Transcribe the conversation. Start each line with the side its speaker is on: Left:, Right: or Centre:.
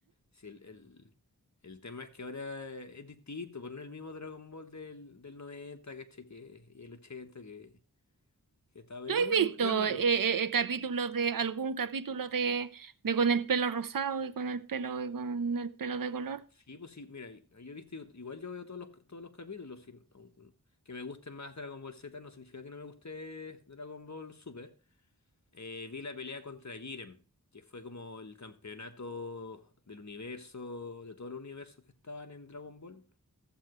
Left: Sí, el, el- el tema es que ahora es distinto, pues no es el mismo Dragon Ball del, del 90, ¿cachai? Que, y el 80 que, que estaba. Pero
Right: ¿Tú
Left: igual
Right: has
Left: no
Right: visto
Left: es, no es malo.
Right: eh, eh, eh, capítulos de algún capítulo de, de con el pelo rosado y con el pelo y con el pelo de color?
Left: Sí, pues sí, mira, yo he visto, igual yo veo todos los, todos los capítulos. sin- aun- que me guste más Dragon Ball Z no significa que no me guste Dragon Ball Super. Eh, vi la pelea contra Jiren, que fue como el campeonato del universo, de todos los universos que estaban en Dragon Ball.